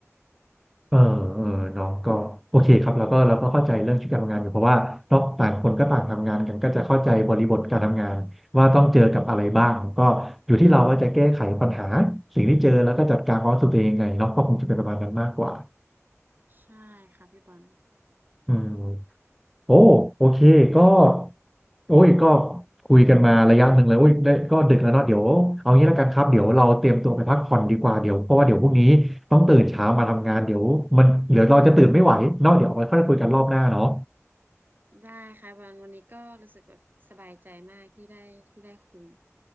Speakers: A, in the centre; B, on the right.
A: เออเออเน้องก็โอเคครับแล้วก็เราก็เข้าใจเรื่องชีวิตการทำงานอยู่เพราะว่าเนาะต่างคนก็ต่างทำงานกันก็จะเข้าใจบริบทการทำงานว่าต้องเจอกับอะไรบ้างก็อยู่ที่เราว่าจะแก้ไขปัญหาสิ่งที่เจอแล้วก็จัดการความรู้สึกตัวเองยังไงเนาะก็คงจะเป็นประมาณนั้นมากกว่า
B: ใช่ค่ะพี่บอล
A: อืม โอ้โอเคก็โอ้ยก็คุยกันมาระยะหนึ่งเลยโอ้ยได้ก็ดึกแล้วเนาะเดี๋ยวเอางี้แล้วกันครับเดี๋ยวเราเตรียมตัวไปพักผ่อนดีกว่าเดี๋ยวเพราะว่าเดี๋ยวพรุ่งนี้ต้องตื่นเช้ามาทำงานเดี๋ยวมันเดี๋ยวเราจะตื่นไม่ไหวเนาะเดี๋ยวเอาไว้ค่อยคุยกันรอบหน้าเนาะ
B: ได้ค่ะวันวันนี้ก็รู้สึกแบบสบายใจมากที่ได้ที่ได้คุย